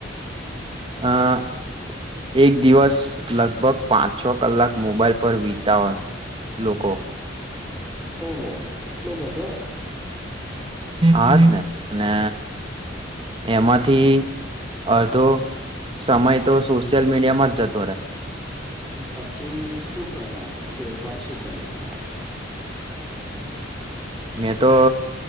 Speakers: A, on the right; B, in the centre.
A: આ
B: હમ.
A: એક દિવસ લગભગ પાંચ છો કલાક મોબાઈલ પર વિતા હોય, લોકો
B: ઓહો, એટલો બધો?
A: આજ ને અને એમાંથી અધો સમય તો સોશિયલ મીડિયામાં જ જતો રહે.
B: પછી શું કર્યા આમ ફેરફાર શું કર્યો તમે?
A: મેં તો